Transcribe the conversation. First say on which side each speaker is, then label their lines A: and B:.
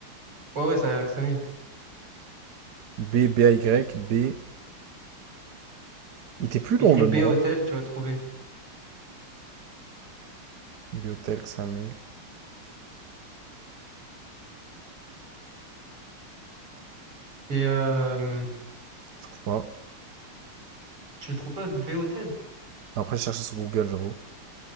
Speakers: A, on the right (about 75°); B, on the right (about 55°).
A: Ouais, ouais, ça à Axamil.
B: B, B, A, Y, B... Il était plus long
A: Écris
B: le
A: B
B: nom.
A: Hôtel,
B: hein.
A: tu vas trouver.
B: Biotelk 5000,
A: Et, euh,
B: Je trouve pas.
A: je le trouve pas, B Hôtel.
B: Après, je cherchais sur Google, j'avoue.